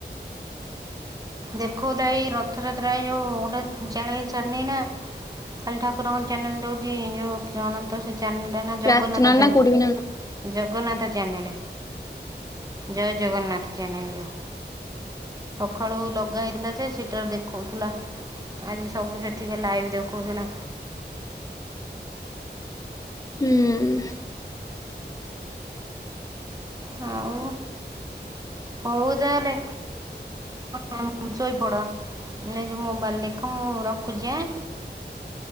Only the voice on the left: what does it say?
ପ୍ରାର୍ଥନା
ନା କୋଉଠି ବି ନା
ହୁଁ